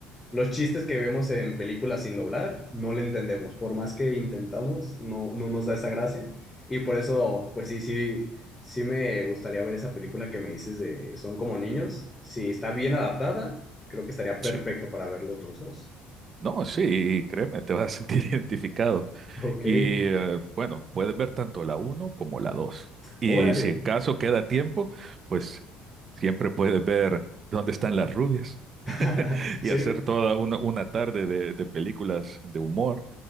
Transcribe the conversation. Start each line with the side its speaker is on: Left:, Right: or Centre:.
Left: los chistes que vemos en películas sin doblar, no le entendemos, por más que intentamos, no, no nos da esa gracia, y por eso, pues sí, sí, sí me gustaría ver esa película que me dices de Son como niños, si está bien adaptada, creo que estaría perfecto
Right: Sí.
Left: para verlos los dos.
Right: No, sí, créeme, te vas a sentir <laughs> identificado.
Left: <laughs> Ok,
Right: Y eh, bueno, puedes ver tanto la uno como la dos Y
Left: órale.
Right: si en caso queda tiempo, pues siempre puedes ver dónde están las rubias <laughs>
Left: <laughs> Sí,
Right: y hacer toda una, una tarde de, de películas de humor.